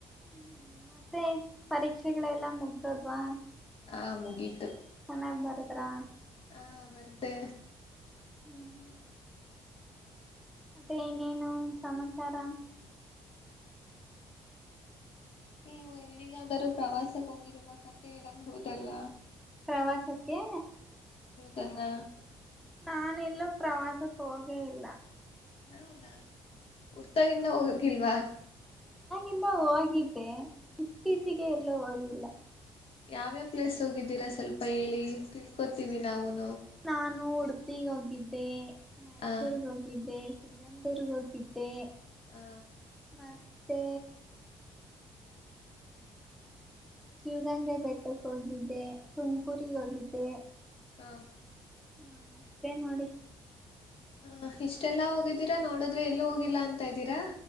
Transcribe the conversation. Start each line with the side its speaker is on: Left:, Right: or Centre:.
Centre: ಹ್ಮ್ ಮತ್ತೆ ಪರೀಕ್ಷೆಗಳೆಲ್ಲ ಮುಗ್ದೋದ್ವಾ.
Left: ಆ ಮುಗೀತು.
Centre: ಚೆನ್ನಾಗ್ ಬರದ್ರಾ.
Left: ಹಾ ಬರ್ದೇ.
Centre: ಹ್ಮ್ ಮತ್ತೆ ಇನ್ನೇನು ಸಮಾಚಾರ.
Left: ನೀವು ಎಲ್ಲಿಗಾದರೂ ಪ್ರವಾಸಕ್ಕೋಗಿರುವ ಕಥೆ ಹೇಳಬಹುದಲ್ಲ.
Centre: ಪ್ರವಾಸಕ್ಕೆ
Left: ದನ್ನ
Centre: ನಾನೆಲ್ಲೂ ಪ್ರವಾಸಕ್ ಹೋಗೇ ಇಲ್ಲ.
Left: ಹೌದಾ ಹುಟ್ತಾಗಿಂದ ಹೋಗಂಗಿಲ್ವಾ.
Centre: ಇಲ್ಲಾ ಓಗಿದ್ದೆ. ಇತ್ತೀಚಿಗೆ ಎಲ್ಲೂ ಓಗಿಲ್ಲ.
Left: ಯಾವ್ಯಾವ್ ಪ್ಲೇಸ್ ಹೋಗಿದ್ದೀರಾ ಸ್ವಲ್ಪ ಹೇಳಿ ತಿಳ್ಕೋತೀವಿ ನಾವುನ್
Centre: ನಾನು ಉಡು ಪೀಗ್ ಹೋಗಿದ್ದೆ. ಮೈಸೂರ್ಗ್
Left: ಆ
Centre: ಹೋಗಿದ್ದೆ. ಸಿಗಂದೂರ್ಗ್ ಹೋಗಿದ್ದೆ.
Left: ಹಾ.
Centre: ಮತ್ತೆ ಶಿವಗಂಗೆ ಬೆಟ್ಟಕ್ಕೆ ಹೋಗಿದ್ದೆ ತುಮಕೂರಿಗ ಹೋಗಿದ್ದೆ.
Left: ಹಾ.
Centre: ಹಾ ಅಷ್ಟೇ ನೋಡಿ.
Left: ಹ ಇಷ್ಟೆಲ್ಲಾ ಹೋಗಿದ್ದೀರಾ ನೋಡದ್ರೆ ಎಲ್ಲೂ ಹೋಗಿಲ್ಲಾ ಅಂತ್ ತಾ ಇದ್ದೀರಾ.